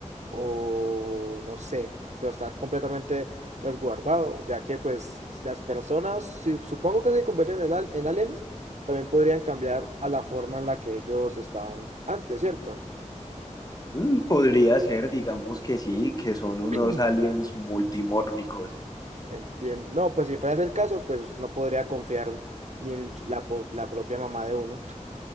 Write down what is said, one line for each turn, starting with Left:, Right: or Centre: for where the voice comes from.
Right: o no sé, pero estar completamente resguardado, ya que pues si las personas, si supongo que se convierten en, al- en aliens, también podrían cambiar a la forma en la que ellos estaban antes, ¿cierto?
Left: Mm, podría ser, digamos que sí, que son
Right: <clears throat>
Left: unos aliens multimórficos,
Right: Entiendo. No, pues si fuera ese el caso, pues usted no podría confiar ni en la, po- la propia mamá de uno.